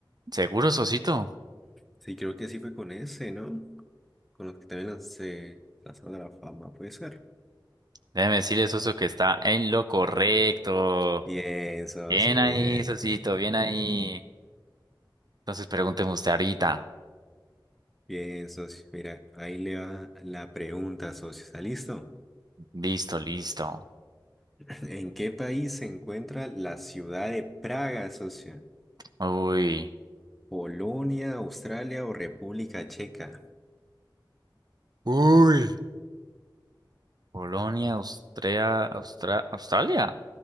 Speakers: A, on the right (about 55°); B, in the centre.
A: Seguro, Sosito.
B: Sí, creo que sí fue con ese, ¿no? Con los que también lancé lanzaron a la fama, puede ser.
A: Déjeme decirle, Soso, que está en lo correcto.
B: Bien, socio,
A: Bien ahí,
B: bien.
A: Sosito, bien ahí. Entonces pregúnteme usted ahorita.
B: Bien, socio. Mira, ahí le va la pregunta, socio. ¿Está listo?
A: Listo, listo.
B: <laughs> ¿En qué país se encuentra la ciudad de Praga, socio?
A: Uy.
B: Polonia, Australia o República Checa.
A: Uy. Polonia, Austria, Austra- Australia,